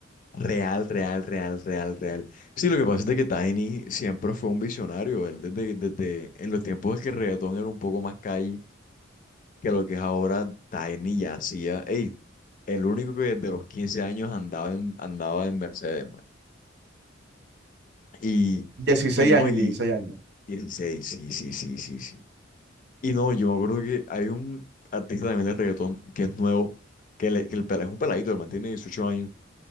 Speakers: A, on the left; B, on the right.
A: real, real, real, real, real. Sí, lo que pasa es de que Tiny siempre fue un visionario, él desde, desde en los tiempos en que el reggaetón era un poco más calle que lo que es ahora Tiny ya hacía, ey, el único que desde los 15 años andaba en, andaba en Mercedes, man. Y,
B: dieciséis
A: y no,
B: años,
A: y
B: 16 años.
A: 16, sí, sí, sí, sí, sí. Y no, yo me acuerdo que hay un artista también de reggaetón que es nuevo, que, le- que el, pela- es un peladito, el man tiene 18 años,